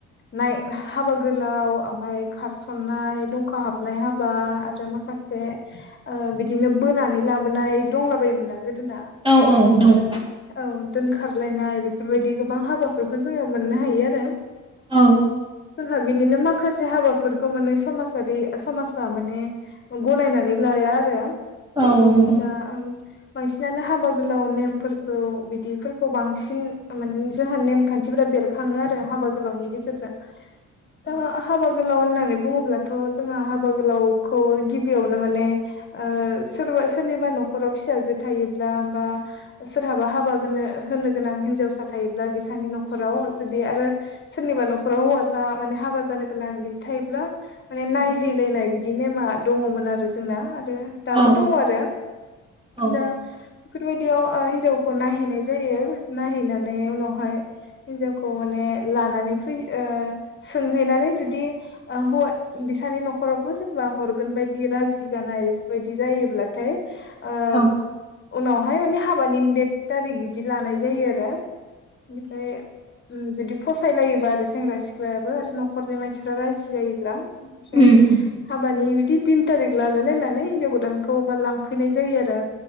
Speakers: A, on the left; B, on the right.
A: नाय हाबा गोलाव ओमफाय खारसनाय दंखा हाबनाय हा बा आरो माखासे ओ बिदिनो बोनानै लाबोनाय दंलाबायोमोन आरो गोदाना
B: औ औ दं
A: आरो औ दोनखारलायनाय बेफोरबायदि बां हाबाफोरखौ जोङो मोननो हायो आरो
B: औ
A: जोंहा बिनिनो माखासे हाबाफोरखौ माने समाजारि समाज माने गनायनानै लाया आरो
B: औ नंगौ
A: दा आं बांसिनानो हाबा गोलाव नेमफोरखौ बिदिफोरखौ बांसिन माने जोंहा नेमखान्थिफोरा बेरखाङो आरो हाबा गोलावनि गेजेरजों दा
B: औ
A: हाबा गोलाव होननानै बुङोब्लाथ' जोंहा हा हाबा गोलावखौ गिबियावनो माने ओ सोरबा सोरनिबा न'खराव फिसाजो थायोब्ला बा बा सोरहाबा हाबा गोनो होनो गोनां हिनजावसा थायोब्ला बिसोरनि न'खराव जुदि आरो सोरनिबा न'खराव हौवासा माने हाबा जानो गोनां बिदि थायोब्ला माने नायहैलायनाय
B: उम
A: बिदि नेमा दङमोन आरो जोंना आरो दाबो
B: औ
A: दङ आरो
B: औ
A: दा बेफोरबायदियाव हिनजावखौ नायहैनाय जायो नायहैनानै उनावहाय हिनजावखौ माने माने लानानै फैयो ओ सोंहैनानै जुदि ओ हौवानि बिसानि न' खरावबो सोरबा हरगोन बायदि राजि गानायबेफोरबायदि जायोब्लाथाय ओ
B: औ
A: उनावहाय माने हाबानि देट थारिख बिदि लानाय जायो आरो बेनिफाय उम जुदि फसायलायोबा आरो सेंग्रा सिख्लायाबो आरो न'खरनि मानसिफ्रा राजि जायोब्ला ओमफाय
B: उम उम
A: हाबानि बिदि तिन थारिख लालाय लायनानै हिनजाव गोदानखौ लांफैनाय जायो आरो